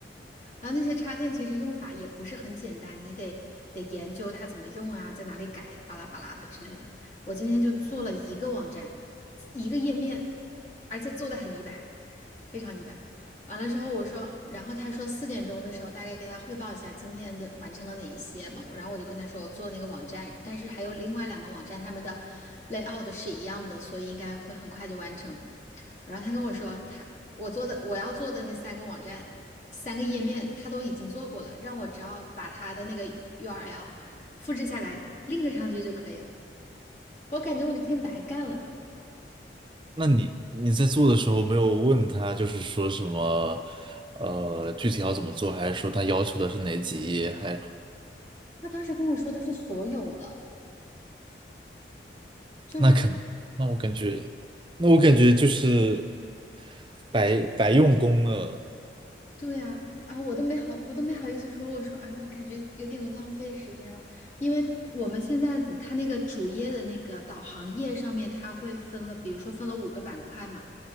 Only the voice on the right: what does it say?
那你你在做的时候没有问他，就是说什么，呃，具体要怎么做，还是说他要求的是哪几页？还
那可能，那我感觉，那我感觉就是白白用功了。